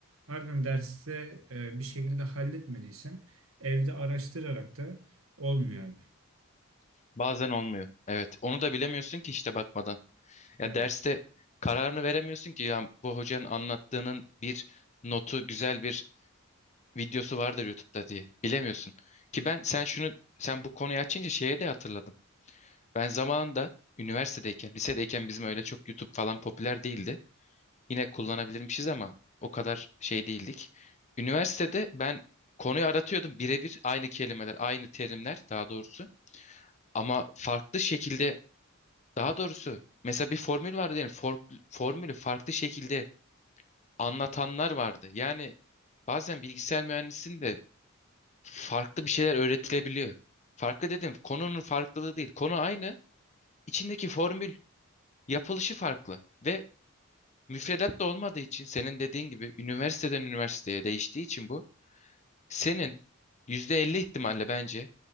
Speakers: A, on the right (about 75°); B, on the left (about 35°).
A: ardından derste e, bir şekilde halletmediysen evde araştırarak da olmuyor abi.
B: Bazen olmuyor. Evet. Onu da bilemiyorsun ki işte bakmadan. Ya
A: Evet.
B: derste kararını veremiyorsun ki ya bu hocanın anlattığının bir notu, güzel bir videosu vardır YouTube'da diye. Bilemiyorsun. Ki ben sen şunu sen bu konuyu açınca şeye de hatırladım. Ben zamanında üniversitedeyken, lisedeyken bizim öyle çok YouTube falan popüler değildi. Yine kullanabilirmişiz ama o kadar şey değildik. Üniversitede ben konuyu aratıyordum birebir aynı kelimeler, aynı terimler daha doğrusu ama farklı şekilde Daha doğrusu mesela bir formül vardı yani for- formülü farklı şekilde anlatanlar vardı. Yani bazen bilgisayar mühendisliğinde de farklı bir şeyler öğretilebiliyor. Farklı dedim konunun farklılığı değil. Konu aynı. İçindeki formül yapılışı farklı ve müfredat da olmadığı için senin dediğin gibi üniversiteden üniversiteye değiştiği için bu senin %50 ihtimalle bence